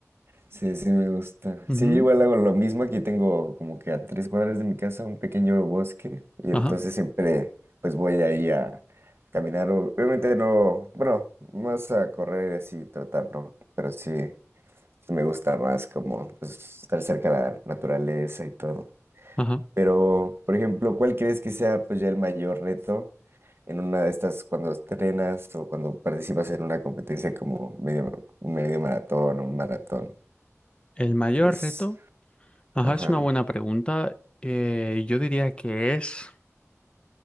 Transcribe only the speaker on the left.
Ujú,
Ajá,
ajá.
El mayor
reto, ajá,
es una buena pregunta. Eh, yo diría que es,